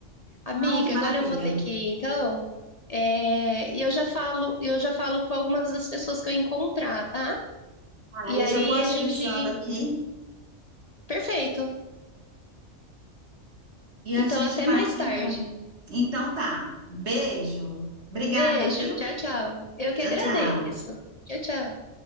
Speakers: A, on the left (about 40°); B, on the right (about 65°).
A: Amiga,
B: Ai, que
A: agora
B: maravilha.
A: eu vou ter que ir, então. É, e eu já falo, eu já falo com algumas das pessoas que eu encontrar, tá?
B: Ah,
A: E
B: eu
A: aí
B: já vou agilizando
A: a gente.
B: aqui
A: Perfeito.
B: e
A: Então,
B: a gente
A: até
B: marca
A: mais tarde.
B: então. Então tá. Beijo. Obrigada,
A: Beijo,
B: viu?
A: tchau, tchau. Eu que
B: Tchau,
A: agradeço.
B: tchau.
A: Tchau, tchau.